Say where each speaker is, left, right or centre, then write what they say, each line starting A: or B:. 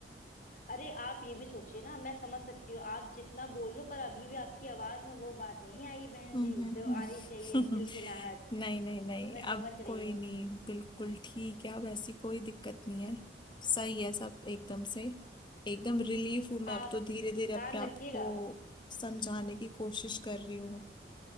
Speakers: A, on the left; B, on the left.
A: अरे आप ये भी सोचिए ना मैं समझ सकती हूँ आप जितना बोल लो पर अभी भी आपकी आवाज में वो बात नहीं आई है बहन
B: हम्म
A: जी
B: हम्म
A: जो आनी चाहिए
B: हम्म
A: खिलखिलाहट
B: <laughs> नहीं नहीं नहीं
A: वो मैं समझ
B: अब
A: रही
B: कोई
A: हूँ
B: नहीं बिल्कुल ठीक है अब ऐसी कोई दिक्कत नहीं है सही है सब एकदम से एकदम रिलीफ हूँ मैं
A: आप
B: अब तो धीरे धीरे
A: ध्यान
B: अपने आप
A: रखिएगा
B: को समझाने की कोशिश कर रही हूँ